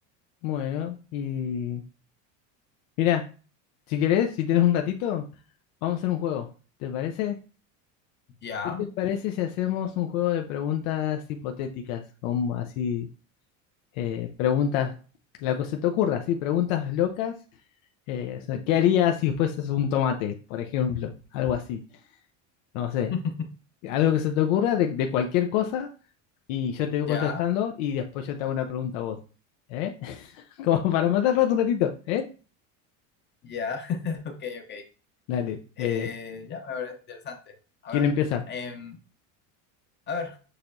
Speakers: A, on the left (about 80°); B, on the left (about 30°).
A: Bueno, y mira, si querés, si tienes un ratito, vamos a hacer un juego. ¿Te parece?
B: Ya,
A: ¿Qué te parece si hacemos un juego de preguntas hipotéticas? Como así, eh, preguntas, lo que se te ocurra, sí, preguntas locas. eh, o sea, ¿qué harías si fueses un tomate, por ejemplo? Algo así, no sé.
B: <laughs>
A: Algo que se te ocurra de, de cualquier cosa Y yo te voy
B: ya,
A: contestando y después yo te hago una pregunta a vos. ¿Eh? <laughs> Como para matar rato un ratito, ¿eh?
B: ya, <laughs> ok, ok.
A: Dale. eh,
B: Eh, ya, me parece interesante. A
A: ¿quién
B: ver,
A: empieza?
B: em, a ver,